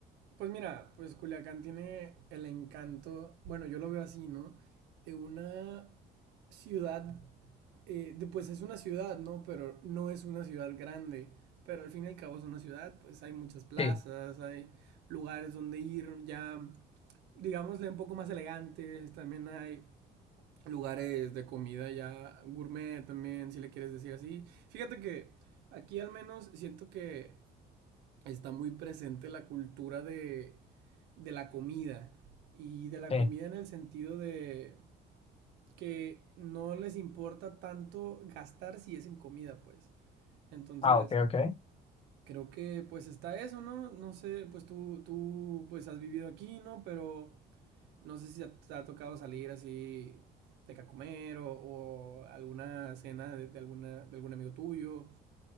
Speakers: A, on the right; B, on the left.
A: Pues mira, pues Culiacán tiene el encanto, bueno, yo lo veo así, ¿no? De una ciudad, eh, de- pues es una ciudad, ¿no? Pero no es una ciudad grande. Pero al fin y al cabo es una ciudad, pues hay muchas plazas,
B: Sí,
A: hay lugares donde ir ya digámosle, un poco más elegantes. También hay lugares de comida ya gourmet también, si le quieres decir así. Fíjate que aquí al menos siento que está muy presente la cultura de, de la comida. Y de la
B: sí.
A: comida en el sentido de que no les importa tanto gastar si es en comida, pues. Entonces,
B: Ah, ok, ok.
A: creo que pues está eso, ¿no? No sé, pues tú, tú pues has vivido aquí, ¿no? Pero No sé si te ha tocado salir así de que a comer o, o alguna cena de, de alguna, de algún amigo tuyo.